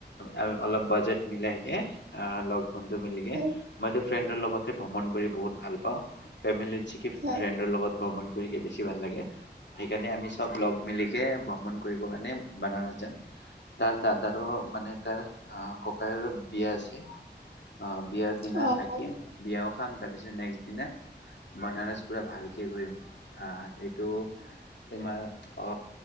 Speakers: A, on the left (about 80°); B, on the right (about 65°).
A: আ অলপ বাজেট মিলাইকে অ লগ বন্ধ মিলিগে
B: হয়
A: ফ্ৰেণ্ডৰ লগতে ভ্ৰমণ কৰি বহুত ভাল পাওঁ ফেমিলিত চিকে
B: হয়।
A: ফ্ৰেণ্ডৰ লগত । পামমান বেছি ভাল লাগে সেইকাৰণে আমি চব লগ মিলিকে ভ্ৰমণ কৰিব কাৰণে বানাৰস যাম তাৰ দাদাৰো মানে তাৰ ককায়ৰ বিয়া আছে অ বিয়াৰ দিনা
B: অ।
A: থাকিম বিয়াও খাম তাৰ পিছত নেক্সট দিনা বনাৰাজ পোৰা ভালকে ঘূৰিম অহ তো তোমাৰ অ